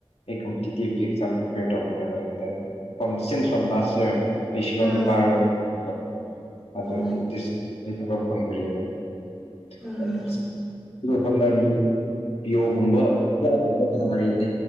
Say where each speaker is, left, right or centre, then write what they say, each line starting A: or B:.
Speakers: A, on the left; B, in the centre.
A: ꯑꯩ ꯀꯝꯄꯤꯇꯤꯇꯤꯞꯀꯤ ꯑꯦꯛꯖꯥꯝ ꯄ꯭ꯔꯤꯄꯦꯌꯔ ꯇꯧꯕꯅꯦꯕ and then from since from last year ꯑꯩ ꯁꯤꯂꯣꯡꯗ
B: ꯎꯝ
A: ꯀꯥꯔꯒ <unintelligible> ꯑꯗꯨ
B: ꯎꯝ
A: ꯗꯤꯁ ꯑꯩ ꯊꯕꯛ ꯐꯪꯗ꯭ꯔꯤꯌꯦꯕ <unintelligible>
B: ꯎꯝ
A: ꯍꯣꯠꯅꯔꯤ ꯄꯤꯌꯣꯒꯨꯝꯕ ꯀ꯭ꯌꯥꯒꯨꯝꯕ ꯊꯥꯅꯔꯤꯅꯦ